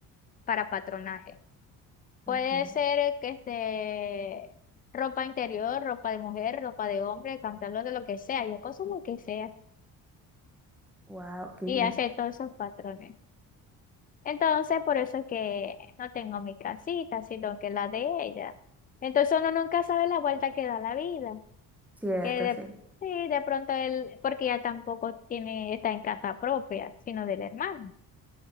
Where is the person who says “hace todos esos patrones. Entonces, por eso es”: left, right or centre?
Left